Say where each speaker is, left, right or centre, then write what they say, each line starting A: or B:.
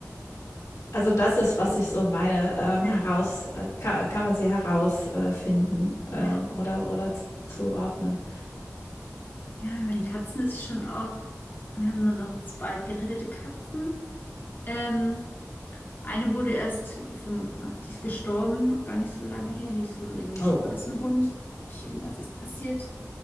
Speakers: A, on the left (about 85°); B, on the left (about 40°).
A: Also das ist, was ich so meine, ähm,
B: ja,
A: heraus, äh, kann, kann man sie herausfinden äh,
B: ja.
A: ähm, oder, oder zuordnen.
B: Ja, bei den Katzen ist schon auch, wir haben dann noch zwei gerettete Katzen. Ähm, eine wurde erst vom, die ist gestorben, noch gar nicht so lange her, die ist von irgendeinem
A: Oh,
B: Straßenhund. Irgendwas ist passiert.